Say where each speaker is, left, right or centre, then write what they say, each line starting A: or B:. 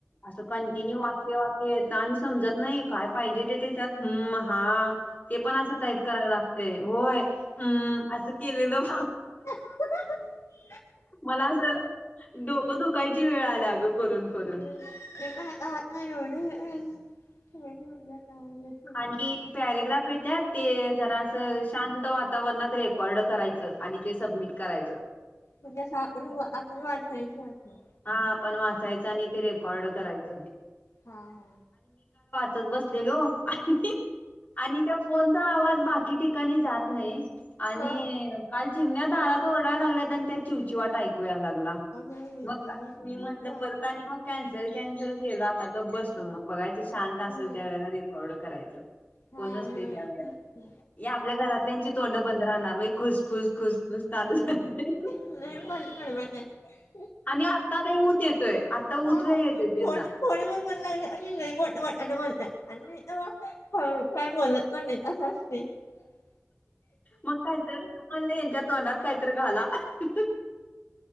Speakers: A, on the left; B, on the left.
A: असं कंटिन्यू वाक्य वा येत <unintelligible> आणि समजत नाही, काय पाहिजे ते देत्यात, हम! हा. ते पण असं टाईप करायला लागतय, होय. अम् असं केलेलं
B: <unintelligible> <inaudible>
A: मला अस, डोकं दुःखायची वेळ आल्या अगं करून करून.
B: <unintelligible>
A: आणि पॅरेग्राफ येत्यात, ते जरा असं शांत वा वातावरणात रेकॉर्ड करायचं, आणि ते सबमिट करायचं.
B: ते असं आपण, आपण वाचयचं अस.
A: हा, आपण वाचायचं, आणि ते रेकॉर्ड करायचं.
B: हा हा.
A: चत बसलेलो, आणि, आणि त्या फोन चा आवाज बाकी ठिकाणी जात नाही, आणि
B: हा
A: काल चिमण्या दारात आरडाय लागल्यात, आणि त्यात चिव-चीवाट ऐकू या लागला.
B: अजून
A: मग काय, मी म्हटल
B: हा
A: परत आणि मग कॅन्सल, कॅन्सल केल आता, बघायचं मग शांत असेल
B: होय
A: त्या वेळेला र्ड करायचं,
B: हा
A: कोण नसतय
B: होय
A: त्यावळेला.
B: तेच की
A: हे आपल्या घरातल्यांची तोंड बंद राहणार व्हय, खुसफुस, खुसफुस, चालूच असतय.
B: नाही <unintelligible>
A: आणि आत्ता लई ऊत येतोय, आता
B: हा
A: ऊत लई ऊत येतोय त्यांना.
B: फोन फोनवर बोलाय लागलं की लई मोठ्या मोठ्यान बोलतात, आणि नाही तेव्हा काय बोलत पण नाहीत असं असतय. <unintelligible> <inaudible>
A: मग काय तर, मी म्हणलं यांच्या तोंडात कायतर घाला. <inaudible>